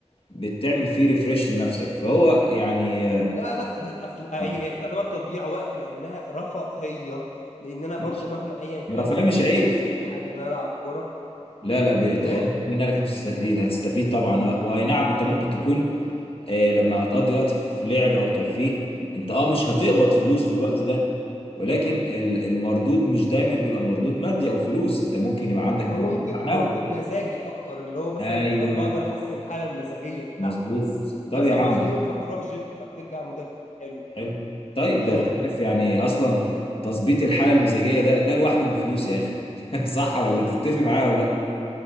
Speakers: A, on the left (about 50°); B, on the left (about 85°).
A: بتعمل فيه ريفريش لنفسك فهو يعني
B: لا لا لا اصل آه،
A: اه
B: هي هي تعتبر تضييع وقت لانها رفاهيه لان انا برضو
A: ماشي
B: مهما ايا كان
A: الرفاهيه
B: انا
A: مش
B: مش
A: عيب
B: هستفيد حاجه ان انا العب كوره
A: لا لا بيتهيألك
B: ايه
A: مين قالك مش هتستفيد هتستفيد طبعا واي نعم انت ممكن تكون آه، لما هتقضي وقت في لعب او ترفيه انت اه مش هتقبض فلوس في الوقت ده ولكن ال- المردود مش دايما بيبقى مردود مادي او فلوس انت ممكن يبقى عندك
B: هو
A: مردود
B: ممكن
A: معنوي
B: مردود مزاجي اكتر اللي هو مثلا
A: ايوه
B: بق- بقدر احسن الحاله المزاجيه بتاعتي
A: مظبوط
B: بس
A: طب
B: يعني
A: يا
B: مثلا
A: عم
B: مخنوق فبتروح جيم فبترجع مودك حلو
A: حلو طيب
B: ايه
A: ده انت عارف يعني اصلا تظبيط الحاله المزاجيه ده ده لوحده بفلوس يا اخي <laughs> صح ولا تتفق معايا ولا لا